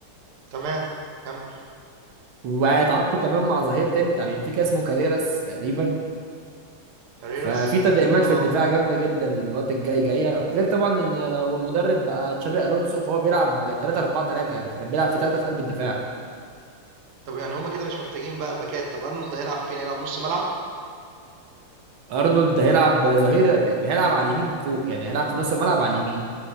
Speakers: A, on the right; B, on the right.
A: تمام كمل
B: وهيتعاقدوا كمان مع ظهير تاني بتاع بنفيكا اسمه كاريراس تقريبا
A: كاريرس
B: ففي تدعيمات
A: اه
B: في الدفاع جامده جدا الوقت الجاي جايه غير طبعا ان لو المدرب بقى تشابي الونسو فهو بيلعب 3 4 3 بيلعب في 3 في قلب الدفاع
A: طب يعني هما كده مش محتاجين بقى باكات طب ارنولد هيلعب فين هيلعب نص ملعب
B: ارنولد ده هيلعب ظهير هيلعب على اليمين فوق يعني هيلعب في نص الملعب على اليمين